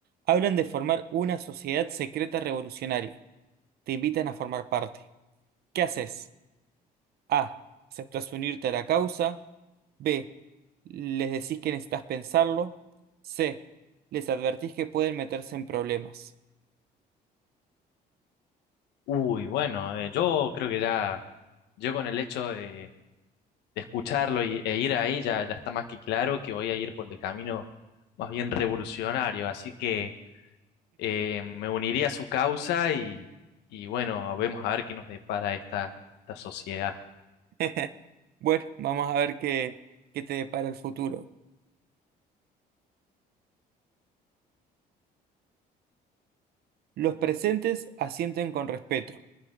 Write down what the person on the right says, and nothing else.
Hablan de formar una sociedad secreta revolucionaria. Te invitan a formar parte. ¿Qué haces? A. ¿Aceptas unirte a la causa? B. Les decís que necesitas pensarlo. C. Les advertís que pueden meterse en problemas.
<laughs> Bueno, vamos a ver qué, qué te depara el futuro. Los presentes asienten con respeto.